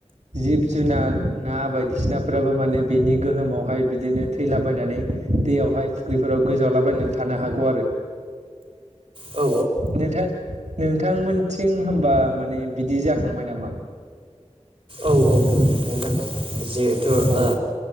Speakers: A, on the right; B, on the right.
A: जिब जुनार ना बायदिसिनाफ्राबो माने बेनि गोहोमावहाय बिदिनो थैलाबायनानै दैयावहाय ख्रिफोराव गोजावलाबायनान थानो हागौ आरो
B: औ
A: नोंथां नोंथांमोनथिं होमबा माने बिदि जाखांबाय नामा?
B: औ औ नोंथां जाखांबाय जिहेथु ओ
A: औ